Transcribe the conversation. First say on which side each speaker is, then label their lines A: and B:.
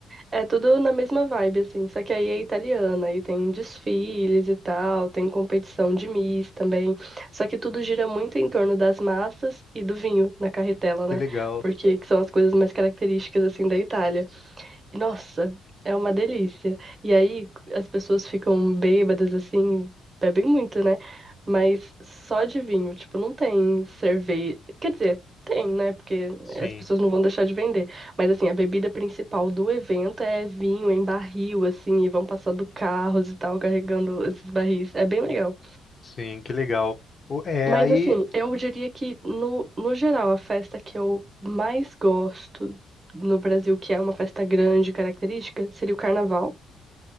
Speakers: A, on the right; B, on the left.
A: É tudo na mesma vibe, assim, só que aí é italiana, aí tem desfiles e tal, tem competição de Miss também. Só que tudo gira muito em torno das massas e do vinho na carretela, né?
B: que legal.
A: Porque que são as coisas mais características, assim, da Itália. Nossa, é uma delícia. E aí as pessoas ficam bêbadas assim, bebem muito, né? Mas só de vinho, tipo, não tem cerveja. Quer dizer, tem, né? Porque
B: Sim,
A: as pessoas não vão deixar de vender. Mas assim, a bebida principal do evento é vinho em barril, assim, e vão passando carros e tal, carregando esses barris. É bem legal.
B: sim, que legal. O- É,
A: Mas
B: aí.
A: assim, eu diria que no, no geral, a festa que eu mais gosto no Brasil, que é uma festa grande, característica, seria o carnaval.